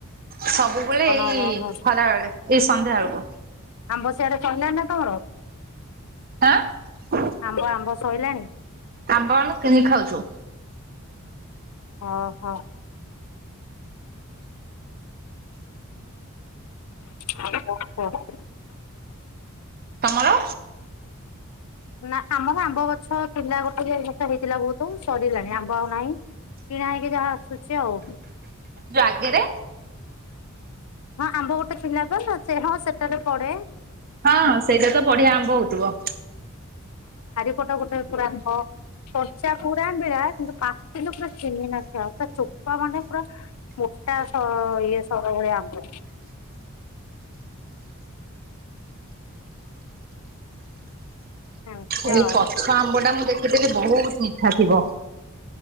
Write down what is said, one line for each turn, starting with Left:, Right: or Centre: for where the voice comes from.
Right: ସବୁବେଳେ
Left: ପବନ
Right: ଏଇ
Left: ହବ
Right: ଖରାବେେଳେ ଏଇ ସନ୍ଧ୍ୟା ବେଳକୁ
Left: ଆମ୍ବ ସିଆଡେ ସଇଲାଣି ନା ତମର?
Right: ଆଁ
Left: ଆମ୍ବ ଆମ୍ବ ସଇଲାଣି
Right: ଆମ୍ବ ଆଣୁ କିଣିକି ଖାଉଚୁ।
Left: ଅ ହ। <unintelligible>
Right: ତମର?
Left: ନା ଆମର ଆମ୍ବ ଗଛ ଥିଲା ଗୋଟେ ଗଛ ହେଇଥିଲା ବହୁତ ସରିଲାଣି ଆମ୍ବ ଆଉ ନାହିଁ କିଣା ହେଇକି ଯାହା ଆସୁଛି ଆଉ।
Right: ରାଗେରେ।
Left: ହଁ ଆମ୍ବ ଗୋଟେ ଥିଲା ପା ସେ ହଁ ସେଟାରେ ପଡ଼େ।
Right: ହଁ ସେଇଟା ତ ବଢିଆ ଆମ୍ବ ହଉଥିବ।
Left: ଫଟା ଗୋଟା ଗୁରାକ ଫଟା କଚା ପୁରା ମିଳା କିନ୍ତୁ ପାଟିରୁୁ ପୁରା ଚିହ୍ନା ନଖିଆ ପୁରା ଚୋପା ମାନେ ପୁରା ମୋଟା ଇଏ। ସବୁବେଳେ ଆମେ ଏମିତି
Right: ଏଇ
Left: ଆଉ
Right: ପଛ ଆମ୍ବ ଟା ମୁଁ ଦେଖିଥିଲି ବହୁତ ଫାଟିବ।